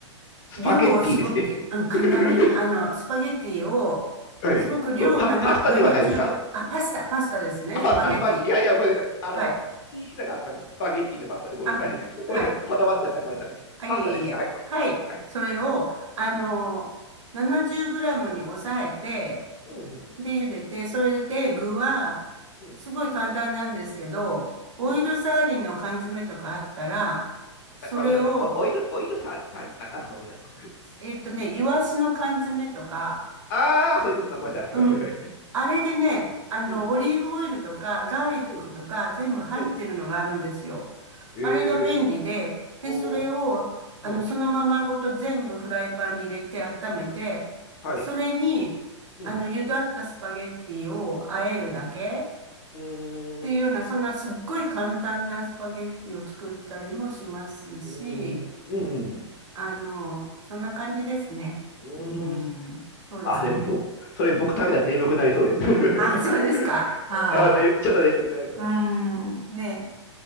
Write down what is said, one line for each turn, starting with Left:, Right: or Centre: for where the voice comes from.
Left: スパゲッティですね。
Right: 量をすごく、うん、簡単に、
Left: <laughs>
Right: あの、スパゲティを、
Left: はい。
Right: すごく量を7、
Left: パ、パスタではないですか
Right: 70グラ、あ、パスタ、パスタですね、
Left: あ、
Right: スパゲティ。
Left: パス、あ、スパ、いやいや、ごめんなさい。あの、
Right: はい。
Left: 聞きたかったの。スパゲッティとパスタでごめんなさい。
Right: あ、
Left: <laughs> ちょっとごめんなさい。
Right: はい。
Left: こだわっちゃった。ごめんなさい。
Right: あ、
Left: パスタですね。
Right: いえいえ。
Left: はい。
Right: はい。
Left: はい、
Right: それを、あの、
Left: うん。
Right: 70グラムに抑えて、
Left: うん。
Right: で、茹でて、それで具は、
Left: うん。うん。
Right: すごい簡単なんですけど、オイルサーディンの缶詰とかあったら、
Left: うん。
Right: それを、
Left: あごめんなさい。おオイル、オイルサーリ、サーリ、な、なんすかごめんなさい。
Right: えっとね、イワシの缶詰とか、
Left: ああ、そういうことか。ごめんなさい。
Right: うん。
Left: ごめんなさい。
Right: あれでね、あの、
Left: うん。
Right: オリーブオイルとか、ガーリックとか、
Left: うん。
Right: 全部入ってるのがあるんですよ。
Left: うん。え
Right: あれが便利で、
Left: ー、
Right: で、
Left: おー、
Right: それを、あの、
Left: うん
Right: そのままごと全部フライパンに入れて温めて、
Left: はい。
Right: それに、
Left: うん、
Right: あの、茹だったスパゲッティを和えるだけっ
Left: うん、うーん、
Right: ていうような、そんなすっごい簡単なスパゲッティを作ったりもしますし、
Left: うーん、うん、
Right: あの、そんな感じですね。
Left: うーん。
Right: うん、そうですね。
Left: あ、でも僕、それ僕食べたら眠くなりそうです。<laughs>
Right: あ、そうですか。はあ。
Left: あ、で、ちょっと眠くなりそう。
Right: うん、ね